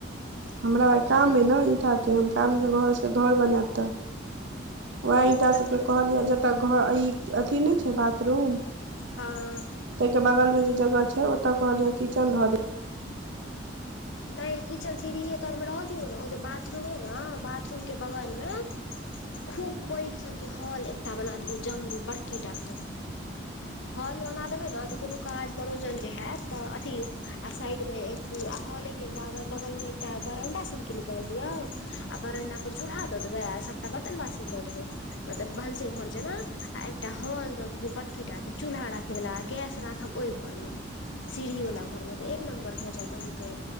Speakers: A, on the right; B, on the left.
A: हमरा कम हइ न ईटा हम त ओही ईटा सँ घर से घर बनायब तऽ वएह ईटा
B: कथी
A: सबके कहलिय तऽ घ ई अथी नहि छै बाथरूम
B: हँ
A: ताहि के बगल मे जे जगह छै ओतअ कहलिय किचन धऽ दिह
B: नहि किचन सिड़हिये तरमे रह दिऔ ने ओ जे बथरूम हइ न बथरूम के बगलमे खूब पैघसनके हॉल एकटा बना दियऔ जम बड़की टाके <unintelligible> हॉल बना देबे ने तऽ कोनो काज परोजन जे हयत त अथी आ साइड मे एकू आ हॉल एक बगल बगल मे एकटा बरंडा सबके निकालि दियऔ आ बरंडा पर चूलहा द देवै आ बर्तन बाशन द देबै मतलब भंसे घर जेना आ एकटा हॉल द दियो बड़की टा के चूल्हा रखे वाला गैस राखब ओहि घर मे सीढ़ी वाला घर मे तऽ एक नम्बर भऽ जायत अहाँके